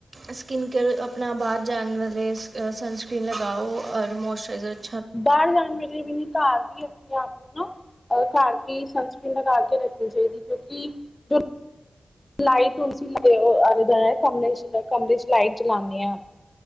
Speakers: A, on the right; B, on the left.
A: ਸਕਿਨ ਕੇਅਰ ਆਪਣਾ ਬਾਰ ਜਾਣ ਵੇਲੇ ਸਨਸਕ੍ਰੀਨ ਲਗਾਓ ਔਰ ਮੋਇਸਚਰਾਈਜ਼ਰ
B: ਬਾਰ ਗਰਮੀ ਕੀ ਇੰਨੀ ਘਰ ਵੀ ਏ। ਆਪਣੇ ਆਪ ਨੂੰ ਨਾ ਅਹ ਘਰ ਵੀ ਸਨਸਕ੍ਰੀਨ ਲਗਾ ਕੇ ਰੱਖਣੀ ਚਾਹੀਦੀ ਕਿਉਂਕਿ ਜੋ ਲਾਈਟ <unintelligible> ਕਮਰੇ ਚ ਲਾਈਟ ਜਲਾਨੇ ਆ।